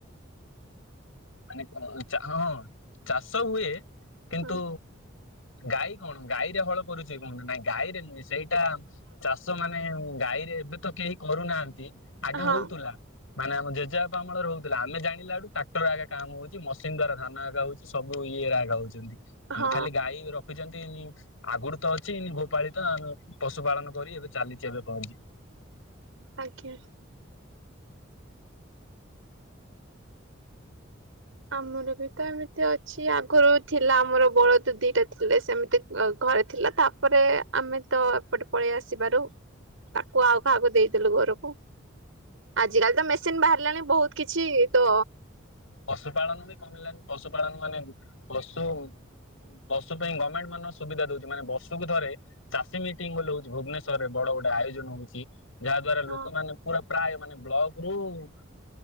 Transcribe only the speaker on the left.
<inaudible> ମାନେ କଁ ଚା ହଁ ଚାଷ ହୁଏ କିନ୍ତୁ
ଗାଈ କଣ ଗାଈରେ ହଳ କରୁଚି କଣ? ନାଇଁ ଗାଈରେ ନୁହେଁ ସେଇଟା ଚାଷ ମାନେ ଗାଈରେ ଏବେ ତ କେହି କରୁନାହାନ୍ତି ଆଗେ
ହଉଥୁଲା। ମାନେ ଆମ ଜେଜେଆପା ଅମଳ ରେ ହଉଥିଲା। ଆମେ ଜାଣିଲାଠୁ ଟ୍ରାକ୍ଟର ଆଗେ କାମ ହଉଚି ମସିନ୍ ଦ୍ଵାରା ଧାନ ଆଗ ହଉଚି ସବୁ ଇଏ ଆଗ ହଉଛନ୍ତି!
ଆମେ ଖାଲି ଗାଈ ରଖିଚନ୍ତିି ନି ଆଗରୁ ତ ଅଛିି ନି ଗୋ ପାଳିତ ଆମେ ପଶୁପାଳନ କରି ଏବେ ଚାଲିଚି ଏବେ ପଞ୍ଜି।
ପଶୁ ପାାଳନ ବି କମିଲାଣି ପଶୁ ପାାଳନ ମାନେ ପଶୁ ପଶୁ ପାଇଁ ଗମେଣ୍ଟ ମାନ ସୁବିଧା ଦଉଛି ମାନେ ବର୍ଷୁକୁ ଥରେ ଚାଷୀ ମିଟିଂ ବୋଲି ହଉଚ଼ି ଭୁବନେଶ୍ଵର ରେ ବଡ ଗୋଟେ ଆୟୋଜନ ହଉଚି। ଯାହା ଦ୍ଵାରା
ଲୋକମାନେ ପୁରା ପ୍ରାୟ ମାନେ ବ୍ଲକ ରୁ ଉମ୍